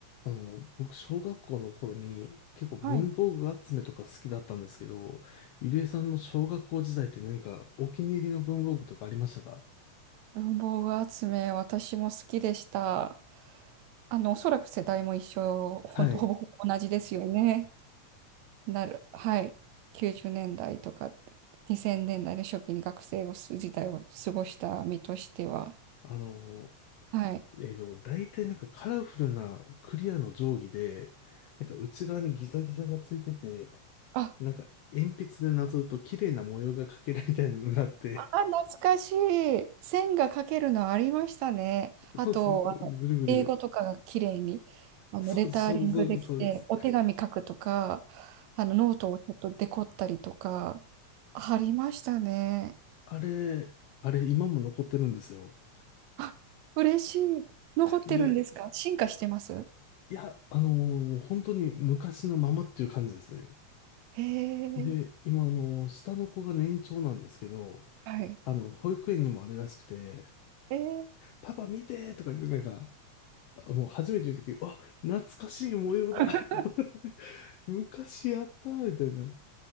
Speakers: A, on the left; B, on the right.
A: あの、僕、小学校の頃に結構文房具集めとか好きだったんですけど、
B: はい。
A: ゆりえさんの小学校時代って何かお気に入りの文房具とかありましたか
B: 文房具集め、私も好きでした。あの、おそらく世代も一緒、ほんと、
A: はい。
B: ほぼほぼ同じですよね。なる。はい。90年代とか2000年代の初期に学生をす時代を過ごした身としては。
A: あの、
B: はい。
A: えっと、大体なんかカラフルなクリアの定規で、なんか内側にギザギザがついてて、
B: あ、
A: なんか鉛筆でなぞると綺麗な模様が描けるみたいなのがあって、
B: あー、懐かしい。線が描けるのありましたね。あと、
A: そうです。ぐるぐる。
B: あの、英語とかが綺麗に、あの、
A: そうです、
B: レターリングできて、
A: そうです、そうです、そうです。
B: お手紙書くとか、あの、ノートをちょっとデコったりとか、ありましたね。
A: あれ、あれ今も残ってるんですよ。
B: <laughs> あ、嬉しい。残ってるんですか進化してます
A: で、いや、あのーもう本当に昔のままっていう感じですね。
B: へ
A: で、
B: え、
A: 今、あのー下の子が年長なんですけど、
B: はい。
A: あの、保育園にもあれらしくて、
B: えー、
A: パパ見てとか言って、なんか、あもう初めて言うとき、うわ、懐かしい模様だ
B: <laughs>
A: <laughs> 昔やったみたいな。